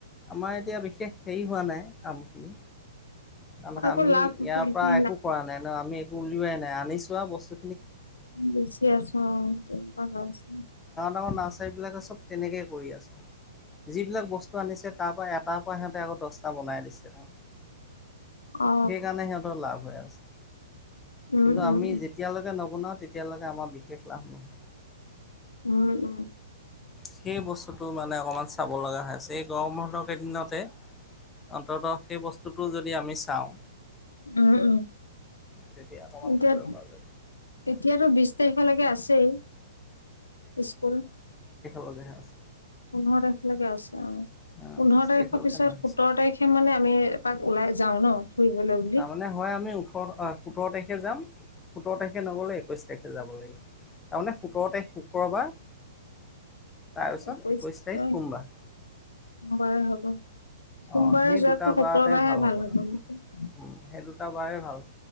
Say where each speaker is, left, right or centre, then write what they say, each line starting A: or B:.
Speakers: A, on the left (about 15°); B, on the left (about 80°).
A: আমাৰ এতিয়া বিশেষ হেৰি হোৱা নাই কামখিনি। কাৰ
B: আকৌ
A: আমি
B: লাভ
A: ইয়াৰ
B: লিখি
A: পৰা একো কৰা নাই ন আমি একো উলৱাই নাই আনিছো বস্তু।
B: বেছি আছো ভাল আছো।
A: ৰ নাৰ্চাৰী বিলাকে চব তেনেকে কৰি আছে। যিবিলাক বস্তু আনিছে তাৰ পৰা এটাৰ পৰা সিহঁতে আকৌ দস্তা বনাই দিছে।
B: অ
A: সেইকাৰণে সিহঁতৰ লাভ হৈ আছে।
B: উম
A: কিন্তু আমি
B: উম
A: যেতিয়ালৈকে নবনাও তেতিয়ালৈকে আমাৰ বিশেষ লাভ নহয়।
B: উম উম।
A: সেই বস্তুতটো মানে অকমান চাব লগা হৈ আছে এই গৰমৰ কেইদিনতে। অন্তত সেই বস্তুটো যদি আমি চাওঁ।
B: উম উম
A: তেতিয়া অকণমান
B: এতিয়া
A: কৰিব পৰা যাব।
B: এতিয়াতো বিছ। তাৰিখলৈকে আছেই স্কুল।
A: বজাই আছো।
B: পোন্ধৰ তাৰিখলৈকে আছে অ
A: অ
B: পোন্ধৰ
A: বিশ
B: তাৰিখৰ
A: তাৰিখলৈকে
B: পিছত
A: নাই।
B: সোতৰ তাৰিখে মানে আমি এপাক। ওলাই যাওঁ ন। ফুৰিবলৈ বুলি
A: তাৰমানে হয় আমি ওঠৰত অ। সোতৰ তাৰিখে যাম সোতৰ তাৰিখে নগ'লে একৈছ তাৰিখে যাব লাগিব। তাৰমানে সোতৰ তাৰিখ শুক্ৰবাৰ। তাৰপিছত
B: একৈশ
A: একৈছ
B: প্ৰাই
A: তাৰিখ সোমবাৰ
B: সোমবাৰ হ'ব। সোমবাৰে
A: অ সেই
B: যোৱাতকৈ
A: দুটা বাৰতে
B: শুকুৰবাৰহে ভাল হ'ব
A: তাৰমানে।
B: নেকি।
A: উম সেই দুটা বাৰে ভাল।